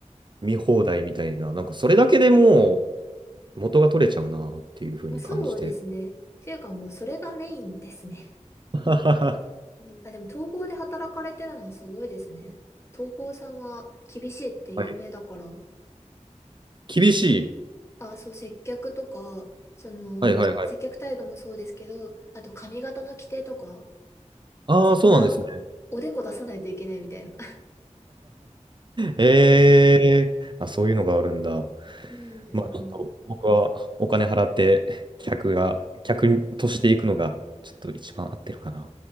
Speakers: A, on the right; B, on the left.
A: 見放題みたいな、なんかそれだけでもう元が取れちゃうなっていうふうに感じて。
B: まあ、そうですね。っていうかもうそれがメインですね。
A: <laughs>
B: うんあ、でも東宝で働かれてるのはすごいですね。東宝さんは厳しいって有名だから。
A: はい。厳しい。
B: あ、そう、接客とか、その、
A: はいはいはい。
B: 接客態度もそうですけど、あと髪型の規定とか、
A: ああ、
B: 絶対
A: そうなんですね。
B: おでこ出さないといけないみたいな。
A: ええあ、そういうのがあるんだ。
B: <laughs> うんうんうん。
A: まあ、ちょっと僕はお金払って客が、客としていくのが、ちょっと一番合ってるかな。